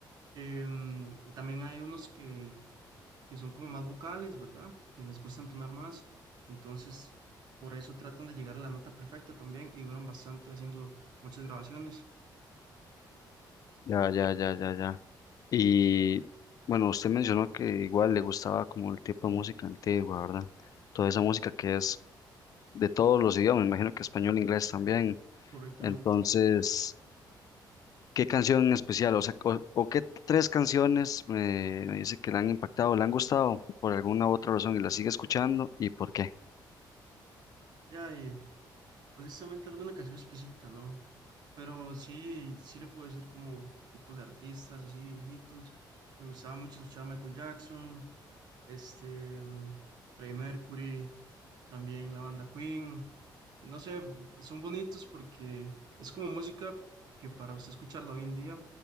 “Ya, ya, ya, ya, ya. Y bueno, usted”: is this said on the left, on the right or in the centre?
Left